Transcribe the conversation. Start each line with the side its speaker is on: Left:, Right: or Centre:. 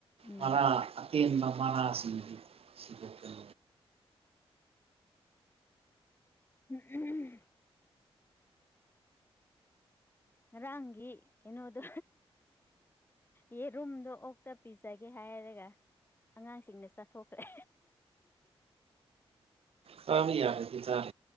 Left: ꯎꯝ
Right: ꯃꯔꯥ ꯑꯇꯦꯟꯕ ꯃꯔꯥꯁꯤꯡꯗꯨꯗ
Left: ꯎ ꯎꯝ ꯉꯔꯥꯡꯒꯤ ꯀꯩꯅꯣꯗꯣ ꯌꯦ ꯔꯨꯝꯗꯣ ꯑꯣꯛꯇ ꯄꯤꯖꯒꯦ ꯍꯥꯏꯔꯒ ꯑꯉꯥꯡꯁꯤꯡꯅ ꯆꯠꯊꯣꯛꯈ꯭ꯔꯦ
Right: ꯆꯝ ꯌꯥꯗꯗꯤ ꯆꯥꯔ